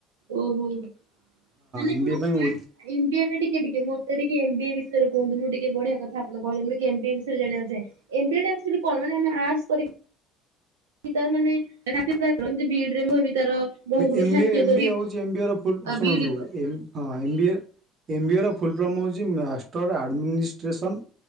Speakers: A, on the right; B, on the right.
A: ଓହୋ ମାନେ
B: ଏମ୍
A: କଣ
B: ବି ଏ ପାଇଁ
A: ଆର୍ଟସ୍ ଇଣ୍ଡିଆ ଟା ଟିକେ ଟିକେ ମୋତ ଟିକେ ଏମ ବି ଏ ଟିକେ ବିଷୟ କୁହନ୍ତୁ ମୁଁ ଟିକେ ବଢ଼ିଆ କଥ ଆପଣ କହିଲେ ମୁ ଟିକେ ଏମ ବି ଏ ବିଷୟରେ ଜାଣିବାକୁ ଚାହେଁ ଏମ ବି ଏ ତ ଏକଚୁଲି କଣ ମାନେ ଅର୍ଟସ କରିକି ତାର ମାନେ ରା ବିରେ <unintelligible> ଯେମିତି ବି ଏଡ ରେ ମୁଁ ବି ତାର ବହୁ ଗୁଡିଏ
B: ଏମ
A: ଖାସିୟତ
B: ବି ଏ ଏମ
A: ଅଛି
B: ବି ଏ ହଉଚି ଏମ ବି ଏ ର ଫୁଲଫର୍ମ ଶୁଣନ୍ତୁ
A: ବି ଇ ଡି
B: ହୁଁ ଏମ ବି ଏ ହଉଛି ଏମ ବି ଏ ର ଫୁଲଫର୍ମ ହଉଚି master administration